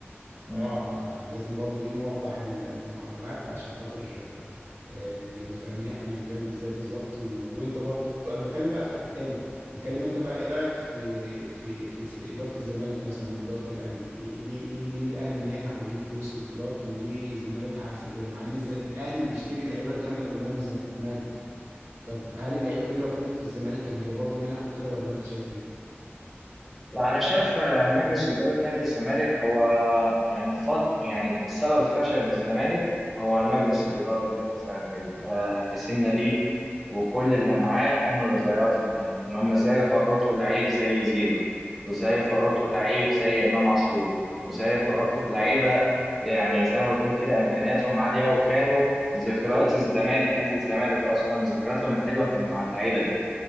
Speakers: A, in the centre; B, on the right.
A: مم.
B: اه لازم برضو ايه نوضح ال- المعلومات عشان خاطر آه، نبقى فاهمين احنا بنتكلم ازاي بالظبط و... وانت برضو انا بتكلم بقى في حتة تاني بتكلم انت بقى ايه رأيك في في في س- إدارة الزمالك مثلا وإدارة الاهلي إيه- ليه ليه ليه الاهلي ناجح وبيجيب فلوس وبطولات وليه الزمالك عكس كده مع ان الز... الاهلي بيشتري اللعيبة الجامدة كلها من الزمالك طب هل اللعيبة دي لو فضلت في الزمالك كان هيبقى برضو ناجح وكده ولا انت شايف ايه
A: لا أنا شايف آه، مجلس إدارة نادي الزمالك هو يعني فض يعني سبب فشل الزمالك هو المجلس الإدارة لنادي الزمالك آه، حسين لبيب وكل اللي معاه هم اللي ضيعوا الزمالك إن هم إزاي فرطوا لعيب زي زيزو وإزاي فرطوا لعيب زي إمام عاشور وإزاي فرطوا في لعيبة يعني زي ما بتقول كده إمكانياتهم عالية وكانوا ذكريات الزمالك نادي الزمالك أصلا ذكرياتهم الحلوة كانوا مع اللعيبة دي